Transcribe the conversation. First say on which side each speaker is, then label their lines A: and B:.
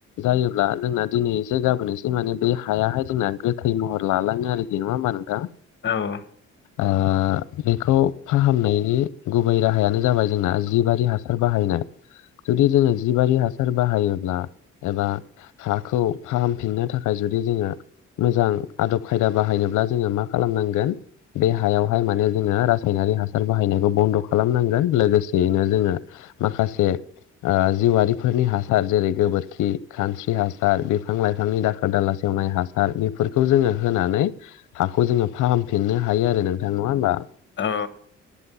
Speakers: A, on the left (about 80°); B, on the left (about 40°).
A: जायोब्ला जोंना दिनै एसे गाबोन एसे माने बे हायाहाय जोंना गोथै महर लालाङो आरोखि नङा होमबा नोंथां?
B: औ
A: ओ बेखौ फाहामनायनि गुबै राहायानो जाबाय जोंना जिबारि हासार बाहायनाय। जुदि जोङो जिबारि हासार बाहायोब्ला एबा हाखौ फाहामफिननो थाखाय जुुदि जोङो मोजां आदब खायदा बाहायनोब्ला जोङो मा खालामनांगोन बे हायावहाय माने जोङो रा सायनारि हासार बाहायनायखौ बन्द' खालामनांगोन लोगोसेयैनो जोङो माखासे आ जिउआरिफोरनि हासार जेरै गोबोरखि खानस्रि हासार बिफां लाइफांनि दाखोर दालासे एवनाय हासार बेफोरखौ जोङो होनानै हाखौ जोङो फाहामफिननो हायो आरो नोंथां नङा होमबा?
B: औ ओ